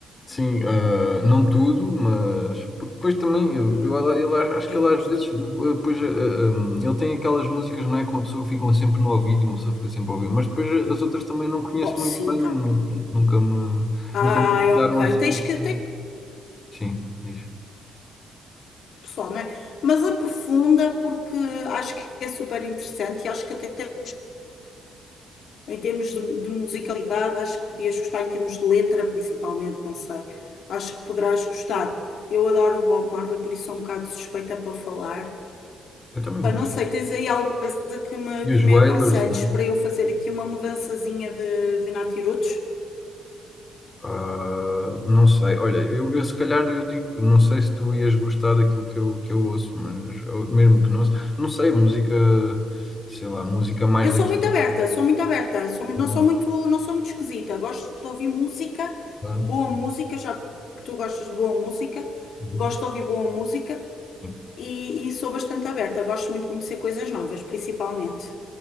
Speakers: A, on the left (about 25°); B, on the left (about 65°).
A: Sim, ah, não tudo, mas porque depois também eu,
B: Uhum.
A: eu, ele acho acho
B: Ah,
A: que
B: Eu
A: ele
B: gosto.
A: às vezes eh, depois eh, eh, ele tem aquelas músicas, não é? Que uma pessoa fica um sempre no ouvido e uma pessoa fica sempre a ouvir, mas depois as outras também não conheço
B: Oh, sim,
A: muito bem,
B: tá.
A: não- pronto, nunca me nunca
B: Ai,
A: me ficaram
B: ok.
A: assim.
B: Tens
A: então,
B: que, tens
A: Sim, diz.
B: pessoal, não é? Mas aprofunda porque acho que é super interessante e acho que até tens, em termos de, de musicalidade, acho que podias gostar em termos de letra, principalmente, não sei. Acho que poderás gostar. Eu adoro o Bob Marley, por isso sou um bocado suspeita para falar.
A: Eu também
B: Pá,
A: gosto.
B: não sei, tens aí alguma coisa que me,
A: E
B: que
A: os
B: me
A: Wailers,
B: aconselhes
A: não é?
B: para eu fazer aqui uma mudançazinha de, de natirutos?
A: Ah, não sei, olha, eu, eu se calhar eu digo, que não sei se tu ias gostar daquilo que eu, que eu ouço, mas ou mesmo que não ouço, não sei, música sei lá, música mais
B: Eu sou
A: daqui.
B: muito aberta, sou muito aberta, sou, mu-
A: Pronto,
B: não sou muito, não sou muito esquisita. Gosto de ouvir música,
A: claro
B: boa
A: sim.
B: música, já que tu gostas de boa música,
A: Uhum.
B: gosto de ouvir boa música
A: Sim.
B: e, e sou bastante aberta. Gosto muito de conhecer coisas novas, principalmente.